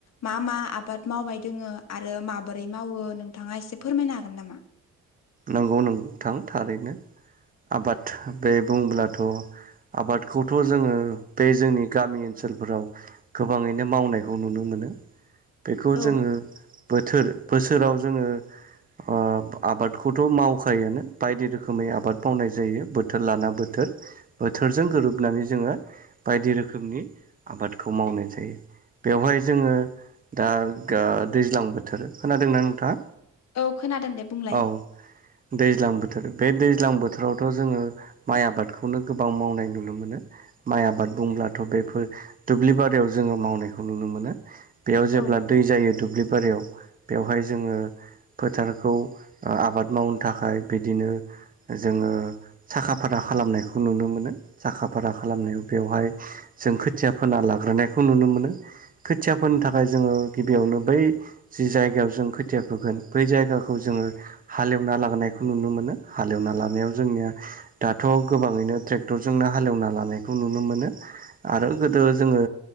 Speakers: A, on the left; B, on the right.
A: मा मा आबाद आबाद मावबाय दोङो आरो माबोरै मावो नोंथाङा एसे फोरमायनो हागोन नामा
B: नंगौ नोंथां थारैनो आबाद बे बुंब्लाथ' आबादखौथ' जोङो बे जोंनि गामि ओनसोलफोराव गोबाङैनो मावनायखौ नुनो मोनो बेखौ
A: औ
B: जोङो बोथोर बोसोराव जोङो ओ आबाद खौथ' मावखायानो बायदि रोखोमै आबाद मावनाय जायो बोथोर लाना बोथोर बोथोरजों गोरोबनानै जोङो बायदि रोखोमनि आबादखौ मावनाय जायो बेवहाय जोङो दा आ दैज्लां बोथोर खोनादोंना नोंथाङा
A: औ खोनादों दे बुंलाय
B: औ दैज्लां बोथोर बे दैज्लां बोथोरावथ' जोङो माइ आबादखौनो गोबां मावनाय नुनो मोनो माइ आबाद बुंब्लाथ' बेफोर दुब्लि बारियाव जोङो मावनायखौ नुनो मोनो बेयाव
A: औ
B: जेब्ला दै जायो दुब्लि बारियाव बेवहाय जोङो फोथारखौ आबाद मावनो थाखाय बिदिनो जोङो साखा फारा खालामनायखौ नुनो मोनो साखा फारा खालामनायाव बेवहाय जों खोथिया फोना लाग्रोनायखौ नुनो मोनो खोथिया फोनो थाखाय जोङो गिबियावनो बै जि जायगायाव जों खोथिया फोगोन बै जायगाखौ जोङो हालेवना लाबोनायखौ नुनो मोनो हालेवना लानायाव जोंनिया दाथ' गोबाङैनो ट्रेक्टरजोंनो हालेवना लानायखौ नुनो मोनो आरो गोदो जोङो